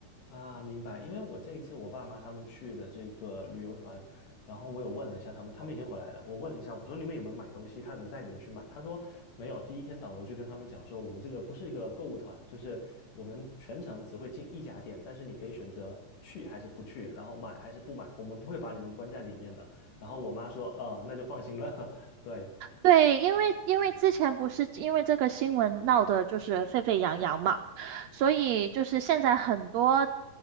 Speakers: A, on the left; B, on the right.
A: 啊，明白。因为我这一次我爸妈他们去的这个旅游团，然后我有问了一下他们，他们已经回来了。我问了一下，我说你们有没有买东西？他有没有带你们去买？他说没有。第一天导游就跟他们讲说，我们这个不是一个购物团，就是我们全程只会进一家店，但是你可以选择去还是不去，然后买还是不买，我们不会把你们关在里面的。然后我妈说，呃，那就放心了。<laughs> 对，
B: 对，因为因为之前不是因为这个新闻闹得就是沸沸扬扬嘛，所以就是现在很多